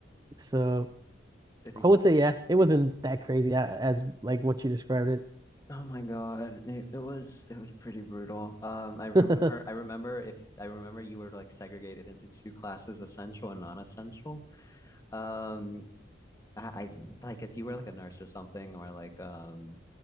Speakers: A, on the right (about 20°); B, on the left (about 15°).
A: So
B: Did they?
A: I would say yeah, it wasn't that crazy a- as like what you described
B: Oh my God. It, it was it was pretty brutal. Um, I remember
A: it. <laughs>
B: I remember if I remember you were like segregated into two classes, essential and non-essential. Um, I, I like if you were like a nurse or something or like um